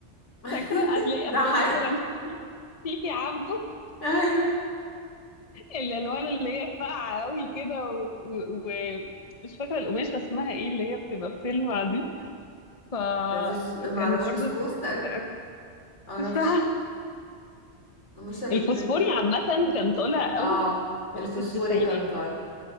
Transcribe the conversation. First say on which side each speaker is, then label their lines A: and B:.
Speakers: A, on the left (about 85°); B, on the left (about 35°).
A: <laughs>
B: فاكرة هتلاقي
A: ده
B: أفلام
A: حقيقي
B: مثلا <laughs> تيتي عبده
A: ايوه
B: الألوان اللي هي فاقعة قوي كده و... و... و... مش فاكرة القماشة اسمها ايه اللي هي بتبقى بتلمع دي فكانوا
A: بس ما اعرفش
B: برضو
A: بسكوس تقريبا
B: ضحك أوي.
A: ما اعرفش
B: مش عارفة
A: مش اللي
B: الفوسفوري
A: بتن
B: عامة كان طالع
A: اه
B: قوي وقت
A: الفوسفوري
B: التسعينات
A: كانتار
B: ده